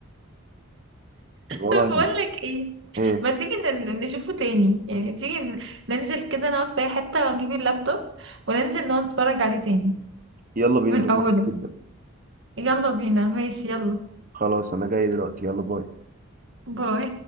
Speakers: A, on the right; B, on the right.
A: الوضع
B: طب بقول لك ايه
A: إيه
B: ما تيجي ن- نشوفه تاني يعني تيجي ن- ننزل كده نقعد في اي حتة واجيب اللابتوب وننزل نقعد نتفرج عليه تاني
A: يلا بينا
B: من
A: نروح
B: اوله
A: جدا
B: يلا بينا ماشي يلا
A: خلاص أنا جاي دلوقتي يلا باي
B: باي